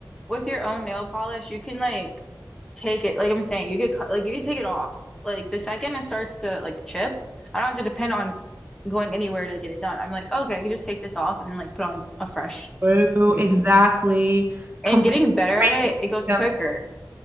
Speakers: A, in the centre; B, on the right (about 30°).
A: with your own nail polish, you can like take it, like I'm saying, you could cut, like you could take it off. Like the second it starts to like chip, I don't have to depend on going anywhere to get it done. I'm like, okay, I can just take this off and then like put on a fresh
B: True,
A: new.
B: exactly. Complete
A: And getting better at
B: freedom.
A: it, it goes quicker,